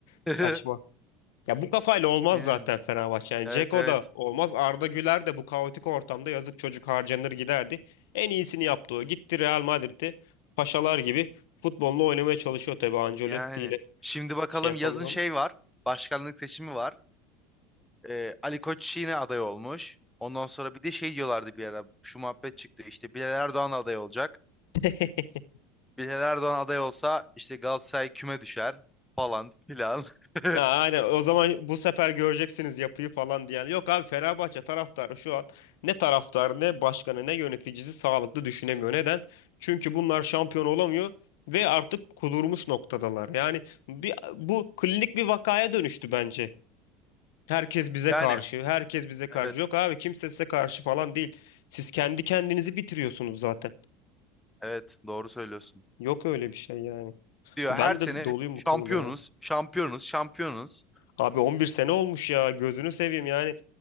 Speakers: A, in the centre; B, on the left (about 80°).
A: <laughs>
B: Saçma. Ya bu kafayla olmaz
A: Yani,
B: zaten Fenerbahçe. Yani
A: Evet
B: Dzeko
A: evet.
B: da olmaz. Arda Güler de bu kaotik ortamda yazık çocuk harcanır giderdi. En iyisini yaptı o. Gitti Real Madrid'e paşalar gibi futbolunu oynamaya çalışıyor tabii Ancelotti
A: Yani
B: ile
A: şimdi bakalım
B: şey yapamıyorum.
A: yazın şey var. Başkanlık seçimi var. Ee, Ali Koç yine aday olmuş. Ondan sonra bir de şey diyorlardı bir ara. Şu muhabbet çıktı. işte Bilal Erdoğan aday olacak.
B: <laughs>
A: Bilal Erdoğan aday olsa işte Galatasaray küme düşer falan filan. <laughs>
B: Ha, aynen o zaman bu sefer göreceksiniz yapıyı falan diyen. Yok abi Fenerbahçe taraftarı şu an ne taraftarı ne başkanı ne yöneticisi sağlıklı düşünemiyor. Neden? Çünkü bunlar şampiyon olamıyor ve artık kudurmuş noktadalar. Yani bir, bu klinik bir vakaya dönüştü bence. Herkes bize
A: Yani
B: karşı, herkes bize karşı.
A: evet.
B: Yok abi kimse size karşı falan değil. Siz kendi kendinizi bitiriyorsunuz zaten.
A: Evet, doğru söylüyorsun.
B: Yok öyle bir şey yani.
A: Diyor
B: Ben
A: her sene
B: de doluyum
A: şampiyonuz,
B: bu konuda ya.
A: şampiyonuz, şampiyonuz.
B: Abi 11 sene olmuş ya gözünü seveyim yani.